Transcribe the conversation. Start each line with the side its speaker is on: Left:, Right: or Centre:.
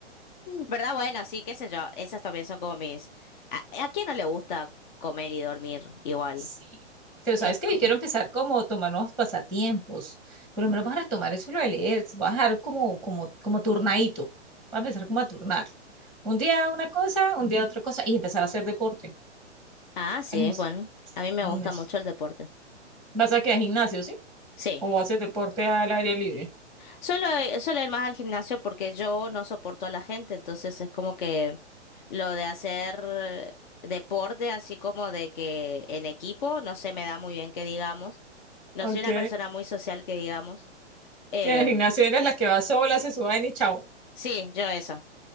Left: ¿Verdad? Bueno, sí, qué sé yo. Esas también son como mis... ¿A, a quién no le gusta comer y dormir igual?
Centre: Sí. Pero sabes
Left: Es
Centre: que
Left: como...
Centre: yo quiero empezar como a tomar nuevos pasatiempos. Por lo menos vas a retomar eso lo de leer. Vas a dejar como, como, como turnadito. Vas a empezar como a turnar. Un día una cosa, un día otra cosa. Y empezar a hacer deporte.
Left: Ah, sí,
Centre: Ay, me... sí,
Left: bueno. A mí me gusta
Centre: me-
Left: mucho el deporte.
Centre: ¿Vas a quedar al gimnasio, sí?
Left: Sí.
Centre: ¿O haces deporte al aire libre?
Left: Suelo, suelo ir más al gimnasio porque yo no soporto a la gente, entonces es como que lo de hacer eh, deporte, así como de que en equipo, no se me da muy bien que digamos. No
Centre: Ok.
Left: soy una persona muy social que digamos. Em,
Centre: Y en el gimnasio eres la que va sola, se suba y chao.
Left: sí, yo eso.